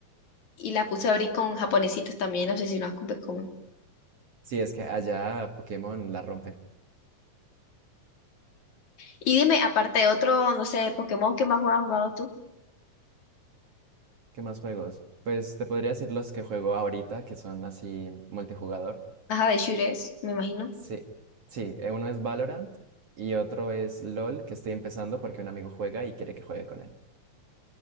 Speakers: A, on the left; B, on the right.
A: y las puso a abrir con japonesitos también obsesionados con Pokémon.
B: Sí, es que allá Pokémon la rompe.
A: Y dime, aparte de otro, no sé, Pokémon, ¿qué más juegas has jugado tú?
B: ¿Qué más juegos? Pues te podría decir los que juego ahorita, que son así multijugador.
A: Ajá, de shooters, me imagino.
B: Sí, sí, eh, uno es Valorant y otro es LOL, que estoy empezando porque un amigo juega y quiere que juegue con él.